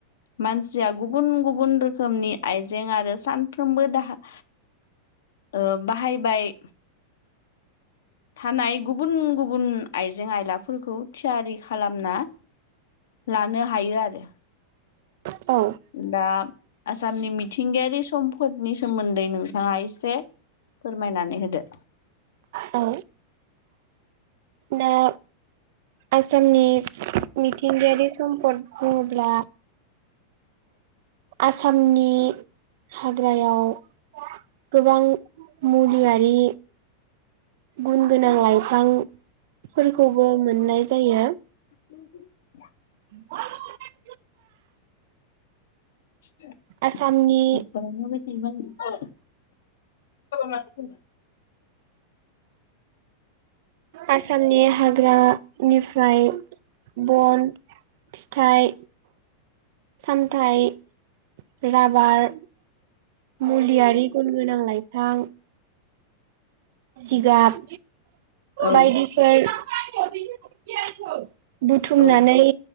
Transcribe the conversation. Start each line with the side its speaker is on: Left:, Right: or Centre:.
Left: मानसिया गुबुन गुबुन रोखोमनि आइजें आरो सानफ्रोमबो दाहा ओ बाहायबाय थानाय गुबुन गुबुन आइजें आयलाफोरखौ थियारि खालामना लानो हायो आरो
Right: औ
Left: दा आसामनि मिथिंगायारि सम्पदनि सोमोन्दै नोंथाङा एसे फोरमायनानै होदो।
Right: औ। दा आसामनि मिथिंगायारि सम्पद बुङोब्ला आसामनि हाग्रायाव गोबां मुलियारि गुन गोनां लाइफांफोरखौबो मोननाय जायो।
Left: <inaudible>
Right: <inaudible>
Left: <inaudible>
Right: आसामनि आसामनि हाग्रानिफ्राय बन फिथाइ, सामथाइ, राबार मुलियारि गुन गोनां लाइफां जिगाब
Left: औ
Right: बायदिफोर <inaudible> बुथुमनानै
Left: औ